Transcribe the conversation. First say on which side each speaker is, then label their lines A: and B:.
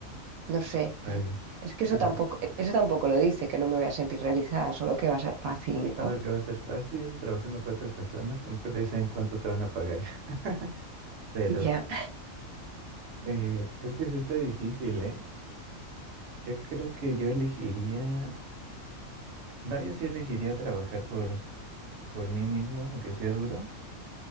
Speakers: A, on the right; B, on the right.
A: No sé. Es
B: vale.
A: es que eso
B: Sí.
A: tampoco, eso tampoco lo dice, que no me voy a sentir realizada, solo que va a ser fácil, ¿no?
B: Solo que va a ser fácil, trabajando para otra persona, tampoco te dicen cuánto te van a pagar. <laughs> Pero
A: Ya.
B: eh, es que sí está difícil, ¿eh? Yo creo que yo elegiría, no, yo sí elegiría trabajar por, por mí mismo, aunque sea duro,